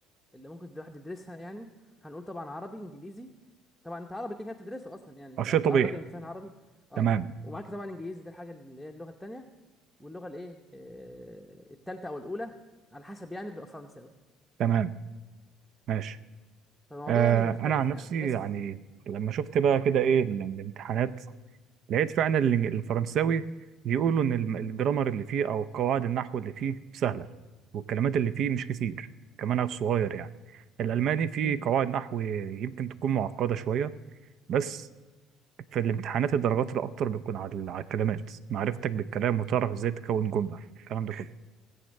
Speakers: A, in the centre; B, on the right.
A: اللي ممكن الواحد يدرسها يعني هنقول طبعا عربي انجليزي طبعا انت عربي كده كده بتدرسه اصلا يعني انت
B: اه شيء
A: انت
B: طبيعي
A: راجل انسان عربي اه
B: تمام
A: ومعاك طبعا انجليزي ده الحاجه اللي هي اللغه التانيه واللغه الايه آه التالته او الاولى على حسب يعني بتبقى فرنساوي
B: تمام ماشي
A: فالموضوع
B: آه
A: يعني بيختلف
B: انا عن نفسي
A: يعني نسب
B: يعني لما شفت بقى كده ايه ال- الامتحانات لقيت فعلا ال- الفرنساوي بيقولوا ان الم- الجرامر اللي فيه او قواعد النحو اللي فيه سهله والكلمات اللي فيه مش كتير كمان صغير يعني الالماني فيه
A: امم
B: قواعد نحو يمكن تكون معقده شويه بس في الامتحانات الدرجات الاكتر بتكون على ال- على الكلمات معرفتك بالكلام وتعرف ازاي تكون جمله الكلام ده كله